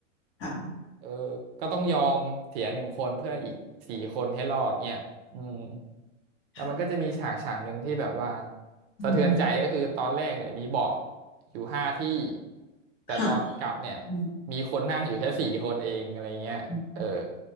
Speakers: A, on the left; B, on the right.
A: ค่ะ
B: เออก็ต้องยอมเสียหนึ่งคนเพื่ออีกสี่คนให้รอดเนี่ยอืมแล้วมันก็จะมีฉากฉากหนึ่งที่แบบว่า
A: ค่ะอืม
B: สะเทือนใจก็คือตอนแรกเนี่ยมีเบาะอยู่ห้าที่แต่ตอนกลับเนี่ย
A: ค่ะอืม
B: มีคนนั่งอยู่แค่สี่คนเองอะไรเงี้ยเออ
A: อืม